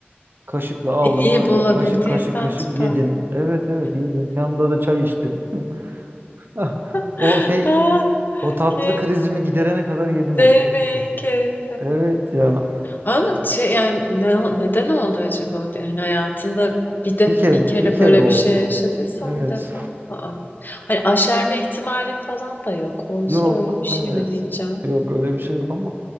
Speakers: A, on the right; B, on the left.
A: Kaşıkla aldım
B: iyi
A: öyle.
B: bulabildiysen
A: Kaşık kaşık kaşık
B: süper.
A: yedim.
B: <gasps>
A: Evet evet yedim. Yanında da çay içtim. <laughs>
B: <laughs>
A: O şey
B: Ah,
A: o tatlı
B: keyif,
A: krizimi giderene kadar yedim
B: değmeyin
A: onu kaşık kaşık.
B: keyif.
A: Evet ya.
B: Ama şey, yani, ne neden oldu acaba? Bir, hani hayatında bir def
A: Bir kere
B: bir kere
A: bir kere
B: böyle
A: oldu.
B: bir şey yaşadıysan
A: Evet.
B: bir defa, a hani aşerme ihtimalin falan da yok. Olsa
A: Yok
B: öyle bir şey
A: evet.
B: mi diyeceğim?
A: Yok öyle bir şey yok ama